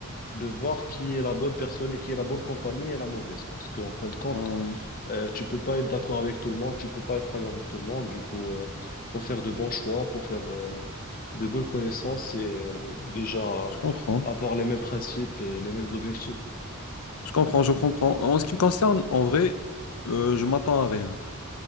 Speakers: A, on the left (about 40°); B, on the left (about 90°).
A: de voir qui est la bonne personne et qui est la bonne compagnie et la mauvaise. Parce qu'en fin de compte,
B: Ah, oui.
A: euh, tu peux pas être d'accord avec tout le monde, tu peux pas être ami avec tout le monde. Du coup, euh, faut faire de bons choix, faut faire euh, de bonnes connaissances et euh, déjà
B: Je comprends.
A: avoir les mêmes principes et les mêmes objectifs.
B: Je comprends, je comprends. En ce qui me concerne, en vrai, euh, je m'attends à rien.